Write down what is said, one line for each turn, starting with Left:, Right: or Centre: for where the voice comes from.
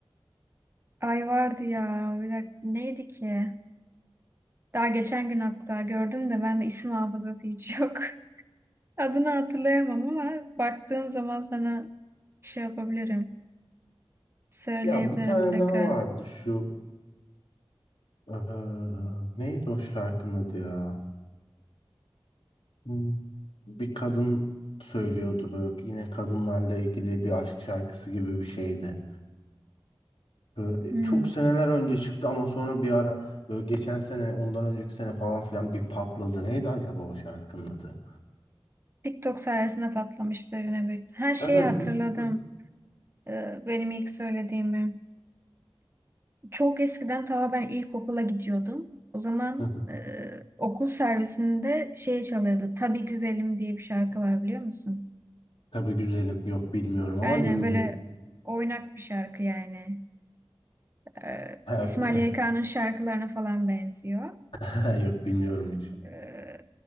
Right: Ay vardı ya. Bir dakika, neydi ki? Daha geçen gün hatta gördüm de ben de isim hafızası hiç yok. <laughs> Adını hatırlayamam ama baktığım zaman sana şey yapabilirim. Söyleyebilirim
Left: Ya bir tane
Right: tekrar.
Left: daha vardı şu eee, neydi o şarkının adı ya? Hmm, Bir kadın söylüyordu böyle yine kadınlarla ilgili bir aşk şarkısı gibi bir şeydi. Böyle
Right: Hmm.
Left: e, çok seneler önce çıktı ama sonra bir ara böyle geçen sene ondan önceki sene falan filan bir patladı. Neydi acaba o şarkının adı?
Right: TikTok sayesinde patlamıştır yine büyük. Her şeyi
Left: Evet evet.
Right: hatırladım.
Left: Hı.
Right: Ee, benim ilk söylediğimi. Çok eskiden ta ben ilkokula gidiyordum. O zaman
Left: <laughs>
Right: e, okul servisinde şey çalıyordu. Tabii Güzelim diye bir şarkı var biliyor musun?
Left: Tabii güzelim. Yok bilmiyorum
Right: Aynen
Left: ama dinleyeyim.
Right: böyle oynak bir şarkı yani. Ee,
Left: Ha,
Right: İsmail
Left: öyle mi?
Right: YK'nın şarkılarına falan benziyor.
Left: <laughs> Ha, Yok bilmiyorum hiç.
Right: Ee,